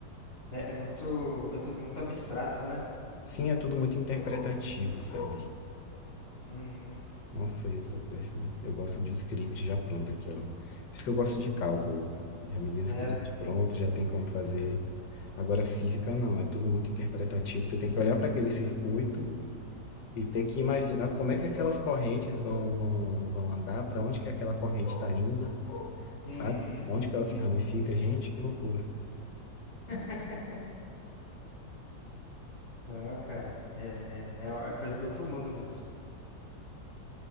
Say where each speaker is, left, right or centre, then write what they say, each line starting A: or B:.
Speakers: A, on the left (about 60°); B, on the left (about 80°).
A: É, é muito. É tudo muito abstrato, né?
B: Sim, é tudo muito interpretativo,
A: Tu-
B: sabe?
A: Uhum.
B: Nossa, eu sou péssimo. Eu gosto de um script já pronto aqui, ó. Por isso que eu gosto de cálculo. Já me deu o
A: É.
B: script pronto, já tem como fazer. Agora, física não, é tudo muito interpretativo. Você tem que olhar para aquele circuito e ter que imaginar
A: Uhum.
B: como é que aquelas correntes vão, vão, vão andar, para onde que aquela corrente está indo,
A: Uhum.
B: sabe? Onde que ela se ramifica, gente, que loucura.
A: <laughs> Não, cara. É, é, é coisa do outro mundo mesmo.